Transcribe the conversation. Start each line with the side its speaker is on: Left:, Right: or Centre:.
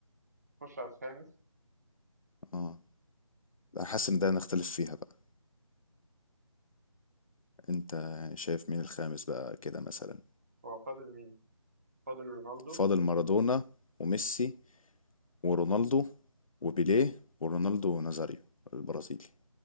Right: خش على الخامس
Left: اه لا حاسس ان ده نختلف فيها بقى انت شايف مين الخامس بقى كده مثلا
Right: هو فاضل مين؟ فاضل رونالدو
Left: فاضل مارادونا وميسي ورونالدو وبيليه ورونالدو نازاريو البرازيلي